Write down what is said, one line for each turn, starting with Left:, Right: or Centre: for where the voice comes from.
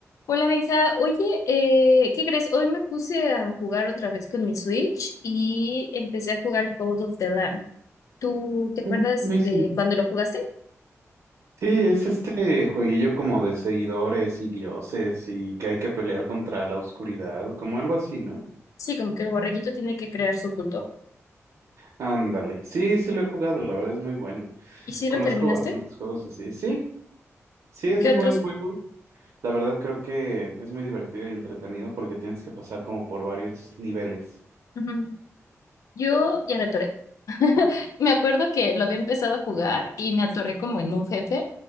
Left: Hola Benja, oye, eh, ¿qué crees? Hoy me puse a jugar otra vez con mi Switch y empecé a jugar Call of the Lamb. ¿Tú te acuerdas
Right: Ah, Amazing.
Left: de cuando lo jugaste?
Right: Sí, es este jueguillo como de seguidores y dioses y que hay que pelear contra la oscuridad, como algo así, ¿no?
Left: Sí, como que el borreguito tiene que crear su culto.
Right: Ándale. Sí, sí lo he jugado, la verdad es muy bueno.
Left: ¿Y si
Right: Conozco
Left: lo terminaste?
Right: bastantes juegos así. Sí, sí es
Left: ¿Qué
Right: un
Left: otros?
Right: buen juego. La verdad creo que es muy divertido y entretenido porque tienes que pasar como por varios niveles.
Left: Ujú. Yo ya me atoré. Me acuerdo que lo había empezado a jugar y me atoré como en un jefe